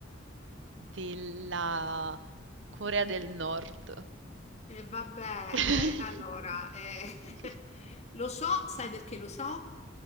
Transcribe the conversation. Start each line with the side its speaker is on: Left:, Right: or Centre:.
Right: della Corea del Nord.
Left: E vabbè,
Right: <laughs>
Left: eh, allora, eh, <laughs> lo so, sai perché lo so?